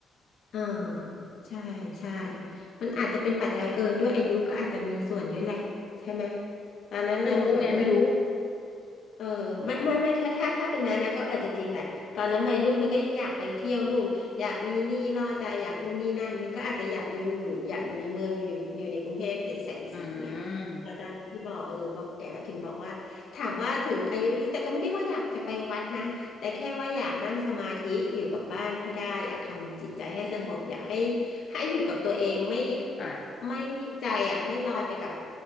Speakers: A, on the left (about 65°); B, on the left (about 45°).
A: อ่าใช่ใช่มันอาจจะเป็นปัจจัยเออด้วยอายุก็อาจจะมีส่วนด้วยแหละใช่ไหมตอนนั้นเราแบบยิ่ง
B: ไม่รู้ไงไม่รู้
A: เออไม่ไม่ไม่ถ้าถ้าถ้าเป็นนั้นนะก็อาจจะจริงแหละตอนนั้นวัยรุ่นมันก็อยากไปเที่ยวนู่นอยากมีหนี้ล่อใจอยากนู่นนี่นั่นมันก็อาจจะอยากยังอยู่อยากอยู่ในเมืองอยู่อยู่อยู่ในกรุงเทพแสงสีไง
B: อืม
A: พอตอนนี้ที่บอกเออพอแก่แล้วถึงบอกว่าถามว่าถึงอายุนี้แต่ก็ไม่ได้ว่าอยากจะไปวัดนะแต่แค่ว่าอยากนั่งสมาธิอยู่กับบ้านให้ได้อยากทำจิตใจให้สงบอยากให้ให้อยู่กับตัวเองไม่
B: ค่ะ
A: ไม่ใจอ่ะไม่ลอยไปกับ